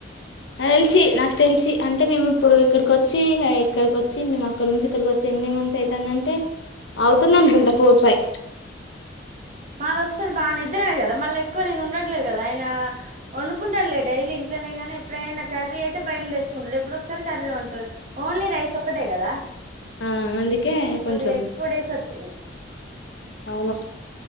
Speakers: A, on the left; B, on the right.
A: నాకు తెలిసి నాకు తెలిసి అంటే మేము ఇప్పుడు ఇక్కడికి వచ్చి ఇక్కడికి వచ్చి మేము అక్కడ నుంచి ఇక్కడికి వచ్చి ఎన్ని మంత్స్ అయితందంటే అవుతుంది అనుకుంటా ఫోర్ ఫైవ్
B: మాది వస్తది బాగానే ఇద్దరమే కదా మళ్ళీ ఎక్కువ నేను ఉండట్లేదు కదా ఆయన వండుకుంటాడులే డైలీ ఇంట్లోనే కానీ ఎప్పుడైనా కర్రీ అయితే బయట తెచ్చుకుంటాడు ఎప్పుడో ఒకసారి కర్రీ వండుతాడు ఓన్లీ రైస్ ఒక్కటే కదా
A: ఆ అందుకే కొంచెం
B: కొద్దిగా ఎక్కువ డేస్ వచ్చింది
A: అవును